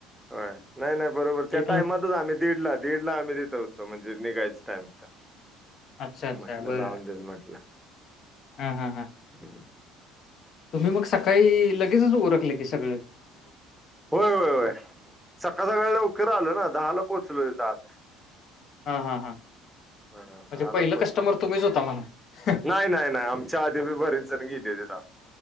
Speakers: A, in the centre; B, on the left.
A: नाही नाही बरोबर त्या
B: एकला
A: टाइमातच आम्ही दीडला दीडला आम्ही तीट होतो निघायच टाईम
B: अच्छा अच्छा
A: म्हटलं
B: बर
A: राहू देत म्हटलं
B: हा हा
A: <inaudible>
B: तुम्ही मग सकाळी लगेचच उरकल की सगळ
A: होय होय होय सकाळ सकाळ लवकर लवकर आलं ना दहाला पोचलो हित आत
B: ह हा हा
A: हा
B: म्हणजे
A: दहा
B: पहिलं
A: ला पोचलो
B: कस्टमर तुम्हीच होता म्हणा
A: नाही नाही नाही आमच्या आधी मी बरच संगीलेला